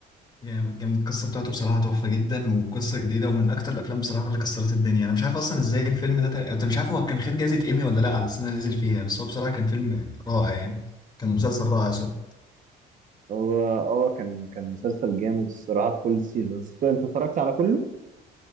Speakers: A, on the left; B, on the right.
A: جامد جامد القصة بتاعته بصراحة تحفة جدا وقصة جديدة ومن أكتر الأفلام بصراحة اللي كسرت الدنيا أنا مش عارف أصلا إزاي الفيلم ده تق- أنت مش عارف هو كان خد جايزة إيمي ولا لأ على السنة اللي نزل فيها بس هو بصراحة كان فيلم رائع يعني كان مسلسل رائع سوري
B: هو اه كان كان مسلسل جامد الصراحه بكل السيزونز انت اتفرجت على كله